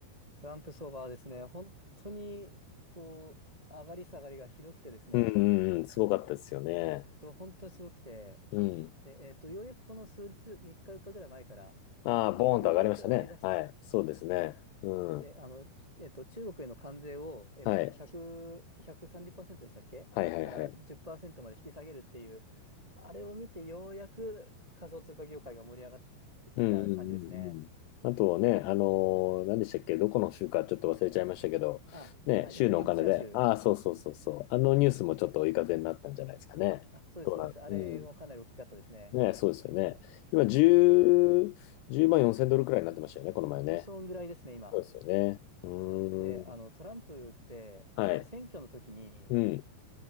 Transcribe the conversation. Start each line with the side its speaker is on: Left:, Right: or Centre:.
Right: トランプ相場はですね、本当に、こう、上がり下がりがひどくてですね、
Left: うんうんうん。すごかったですよね。
Right: そう、本当にすごくて、
Left: うん。
Right: で、えっと、ようやくこの数日、3日、4日ぐらい前から、
Left: ああ、
Right: あの、
Left: ボーンと上がりましたね。
Right: ようやく上がり出した。
Left: はい。そうですね。うん。
Right: で、あの、きえっと、中国への関税を、えっと、
Left: はい。
Right: 1パーセ3 0でしたっけから10%
Left: はいはいはい。
Right: まで引き下げるっていう、あれを見て、ようやく仮想通貨業界が盛り上がってきた感じですね。
Left: うんうんうんうん。あとね、あのー何でしたっけ、どこの州かちょっと忘れちゃいましたけど、
Right: あ、
Left: ね、
Right: はい、
Left: 州のお金で、
Right: ニューハンプシャー州
Left: ああ、そうそうそうそう、あのニュースもちょっと追い風になったんじゃないですかね。
Right: あ、そうです、
Left: どうなるうん。
Right: そうです。あれもかなり大きかったですね。
Left: ね、そうですよね。今、10、
Right: で、
Left: 万4千ドルくらいになってましたよね、この前ね。
Right: まあそんぐらいですね、今。
Left: そうですよね。うーん。
Right: はい。で、あの、トランプって、
Left: はい。
Right: まず選挙の時に、
Left: うん。